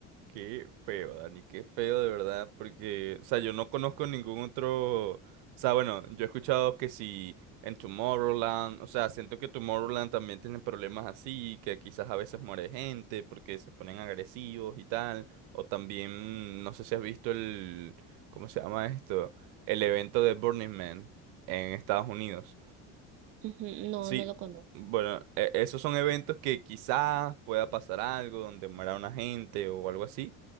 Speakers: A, on the right; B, on the right.
A: qué feo, Dani, qué feo de verdad, porque, o sea, yo no conozco ningún otro, o sea, bueno, yo he escuchado que si en Tomorrowland, o sea, siento que Tomorrowland también tiene problemas así, que quizás a veces muere gente porque se ponen agresivos y tal, o también, no sé si has visto el, ¿cómo se llama esto? El evento de Burning Man en Estados Unidos.
B: Ujú, No,
A: Sí,
B: no lo conozco.
A: bueno, e- esos son eventos que quizás pueda pasar algo, donde muera una gente o algo así